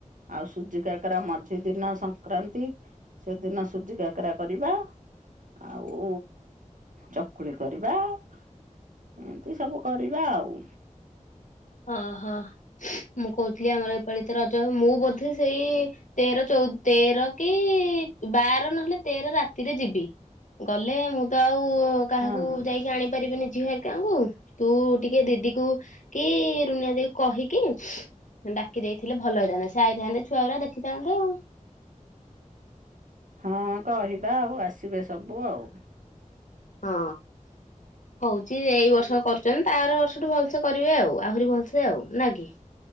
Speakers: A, on the right; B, on the left.
A: ଆଉ ସୁଜି କାକରା ମଝି ଦିନ ସଂକ୍ରାନ୍ତି ସେଦିନ ସୁଜି କାକରା କରିବା ଆଉ ଚକୁଳି କରିବା ଏମତି ସବୁ କରିବା ଆଉ।
B: ଅ ହଁ। ମୁଁ କହୁଥିଲି ଆମର ଚଳିତ ରଜ ମୁଁ ବୋଧେ ସେଇ ତେର ଚଉ ତେର କି ବାର ନହେଲେ ତେର ରାତିରେ ଯିବି ଗଲେ ମୁଁ ତ ଆଉ। ମୁ କାହାକୁ
A: ହଁ
B: ଯାଇକି ଆଣିପାରିବିନି। ଝିଅ ଘରିକା ଙ୍କୁ ତୁ-ତୁ-ତୁ ଟିକେ ଦିଦି କୁ କି-କି-କି ରୁନିଆ ଦେଇ କହିକି ଡାକି ଦେଇଥିଲେ ଭଲ ହେଇଥାନ୍ତେ ସେ ଆଇଥାନ୍ତେ ଛୁଆ ଗୁରା ଦେଖିଥାନ୍ତେ ଆଉ।
A: ହଁ କହିବା ଆଉ ଆସିବେ ସବୁ ଆଉ।
B: ହଁ। ହଉଛି ଏଇ ବର୍ଷ କରୁଛନ୍ତି ତା ଆର ବର୍ଷ ସେଠୁ ଭଲସେ କରିବେ ଆଉ ଆହୁରି ଭଲସେ ଆଉ ନାକି।